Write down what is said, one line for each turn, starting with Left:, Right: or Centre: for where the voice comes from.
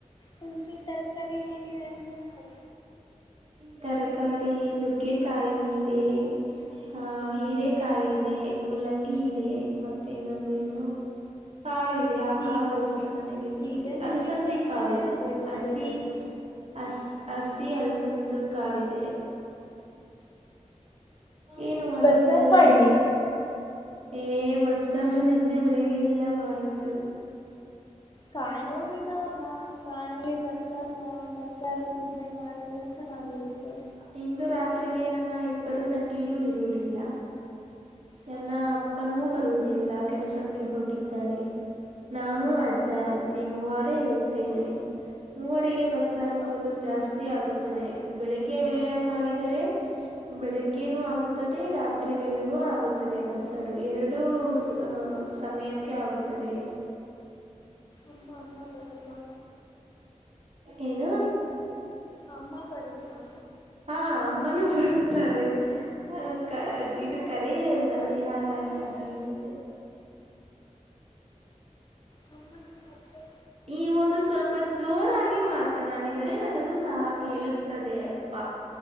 Left: ತಂದ್ರಿ ತರಕಾರಿ ಏನಿದೆ ಅಂತ ಮಾಡ
Right: ತರಕಾರಿ ನುಗ್ಗೆಕಾಯಿ ಇದೆ ಹ ಹೀರೆಕಾಯಿ ಇದೆ ಮುಲ್ಲಂಗಿ ಇದೆ ಮತ್ತೆ ಇನ್ನೊಂದು ನು ಕಾಳು ಇದೆ ಆ
Left: ಹೀಗ್
Right: ಕಾಳು ಹೆಸರು ನನಗೆ ಗೊತ್ತಿಲ್ಲ
Left: ಈಗ ನುಗ್ಗೆಕಾಯಿ
Right: ಅಲಸಂದಿ
Left: ಸಾರೆ
Right: ಕಾಳು
Left: ಅಲ್ವೇ ಮಾಡಿರೋದು
Right: ಹಸಿ ಅಸ್ ಹಸಿ ಅಳ್ಸಂದು ಕಾಲಿದೆ ಏನು ಮಾಡಲಿ
Left: ಬಸ್ಸಾರ್ ಮಾಡಿ
Right: ಏ ಬಸ್ಸಾರು ನಿನ್ನೆ ಬೆಳಗ್ಗೆ ಎಲ್ಲಾ ಮಾಡಿತ್ತು
Left: ಕಾಳು ಇದಾವಲ್ಲ ಕಾಳಲ್ಲಿ ಬಸಾರ್ ನ ಬಸಾರ ಮುದ್ದೆ ಮಾಡದರೆ ಚೆನ್ನಾಗಿರುತ್ತೆ.
Right: ಇಂದು ರಾತ್ರಿಗೆ ನನ್ನ ಇಬ್ಬರು ತಂಗೀರು ಇರುವುದಿಲ್ಲ. ನನ್ನ
Left: ಹಾ
Right: ಅಪ್ಪನೂ ಬರುದಿಲ್ಲ ಕೆಲಸಕ್ಕೆ ಹೋಗಿದ್ದಾರೆ ನಾನು ಅಜ್ಜ ಅಜ್ಜಿ ಮೂವರೇ ಇರುತ್ತೇವೆ ಮೂವರಿಗೆ ಬ ಸಾರದು
Left: ಅಮ್ಮ
Right: ಜಾಸ್ತಿ ಆಗುತ್ತದೆ ಬೆಳಿಗ್ಗೆ ವೇಳೆ
Left: ಅಮ್ಮ
Right: ಮಾಡಿದ ರೆ ಬೆಳಿಗ್ಗೆನೂ ಆಗುತ್ತದೆ ರಾತ್ರಿ ಬೆಳೆಗೂ ಆಗುತ್ತದೆ ಬಸರು ಎರಡು
Left: ಅಮ್ಮ
Right: ಎಡು
Left: ಇರಲ್ವಾ
Right: ಸಮಯಕ್ಕೆ ಆಗುತ್ತದೆ
Left: ಅಮ್ಮ ಅಮ್ಮ ಬ ಬಲ್ವಾ
Right: ಏನು
Left: ಅಮ್ಮ ಬರರುದಾ
Right: ಹಾ ಅಮ್ಮನೂ ಬರುತ್ತಾರೆ ಹ
Left: ಮತ್ತೆ ನೀವು
Right: ಇದು ಕರ
Left: ಅಮ್ಮನ
Right: ಅಲ್ಲವೇ
Left: ಮರ್ತೇ
Right: ಹಾಗಾಗಿ
Left: ಬಿಟ್ಟಿದ್ದೀರಾ
Right: ಯಾಕೆ ಹೇಳಿದೆ
Left: ಹಮ್ಮ ಹತ್ತ
Right: ಈ ಒಂದು ಸ್ವಲ್ಪ ಜೋರಾಗಿ ಮಾತನಾಡಿದರೆ ನನಗೂ ಸಹ ಕೇಳದೆಯಪ್ಪ